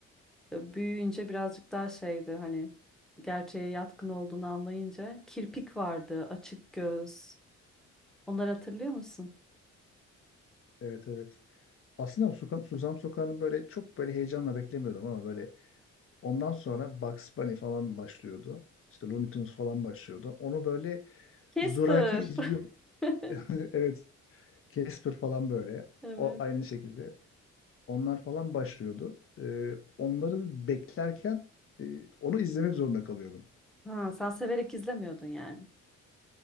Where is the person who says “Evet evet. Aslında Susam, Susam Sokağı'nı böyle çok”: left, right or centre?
Left